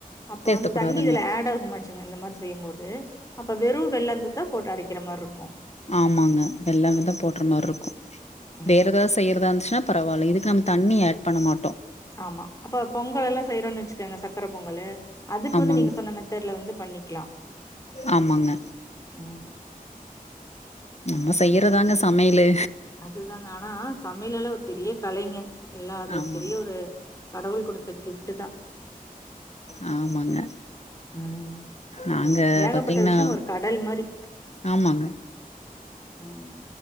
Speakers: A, on the left; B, on the left.
A: அப்ப
B: சேர்த்த
A: வந்து
B: கூடாதுங்க
A: தண்ணி இதுல ஆட் ஆகுமாச் இந்த இந்த மாரி செய்யும் போது அப்ப வெறூ வெல்லந்ததா போட்டு அரைக்கிற மாரி இருக்கூ
B: ஆமாங்க எல்லாமே தா போட்டுற மாரி இருக்கூ
A: ம்.
B: வேற ஏதாவ்து செய்யறதா இருந்துச்சுன்னா பரவால்ல இதுக்கு நம் தண்ணி ஆட் பண்ணும் மாட்டோ
A: ஆமா அப்ப பொங்கலல்லா செய்றோன்னு வச்சுக்கோங்க சக்கர பொங்கலு அதுக்கு
B: ஆமாங்க
A: வந்து நீங்க சொன்ன மெத்தட்ல வந்து பண்ணிக்லா
B: ஆமாங்க
A: ம்
B: நம்ம செய்யறதாங்க சமையலே
A: அதுதாங்க ஆனா சமையலல ஒரு பெரிய கலைங்க இல்ல அது
B: ஆமாங்க
A: ஒரு பெரிய ஒரு கடவுள் குடுத் த கிஃப்ட் தா
B: ஆமாங்க
A: ம்.
B: நாங்க
A: ஏகப்பட்ட
B: பாத்தீங்னா
A: விஷயம் ஒரு கடல் மாரி.
B: ஆமாங்க
A: ம்